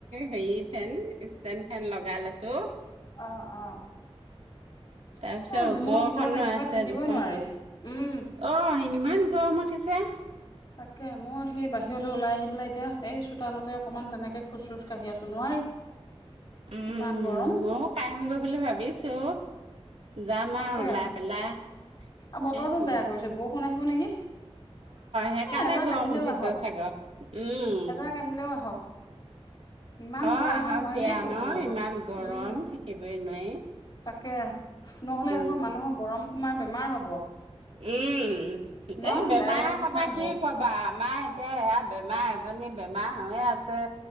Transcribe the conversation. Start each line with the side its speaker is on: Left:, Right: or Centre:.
Right: হেৰি ফেন ষ্টেণ্ড ফেন লগাই লৈছো।
Left: অ অ
Right: তাৰপিছত
Left: এই
Right: ওপৰখনো
Left: ৰুমৰ ভিতৰত একেবাৰে
Right: আছে
Left: থাকিবই
Right: দুখন
Left: নোৱাৰি উম
Right: অ' ইমান গৰম উঠিছে।
Left: তাকে মই সেই বাহিৰলৈ ওলাই আহি পেলাই এতিয়া এই চোতালতে অকনমান তেনেকে খোজ চোজ কাঢ়ি আছো নোৱাৰি
Right: উম
Left: ইমান গৰম
Right: মইও কাঢি়মগৈ বুলি ভাবিছো জাম
Left: তাকে
Right: আৰু ওলাই পেলাই।
Left: আৰু বতৰটো
Right: এ অ
Left: বেয়া কৰিছে বৰষুণ আহিব নেকি। এ
Right: সেইকাৰণে
Left: এজাক
Right: গৰম
Left: আহিলেও
Right: উঠিছে
Left: আহক
Right: চাগৰ উম
Left: এজাক আহিলেও আহক ইমান
Right: অ
Left: গৰম
Right: আহক
Left: আৰু নোৱাৰি
Right: দিয়া
Left: দেই সহ্য
Right: ন
Left: কৰিব
Right: ইমান গৰম
Left: উম।
Right: থাকিবই নোৱাৰি
Left: তাকে নহ'লে
Right: উম
Left: এইবোৰ মানুহৰ গৰম সোমাই বেমাৰ হব।
Right: উম, এ
Left: ন
Right: বেমাৰ
Left: ডায়েৰিয়া নিচিনা
Right: কথা
Left: হ'ব
Right: কি কবা আমাৰ এতিয়া ইয়া বেমাৰ। জনী বেমাৰ হৈয়ে আছে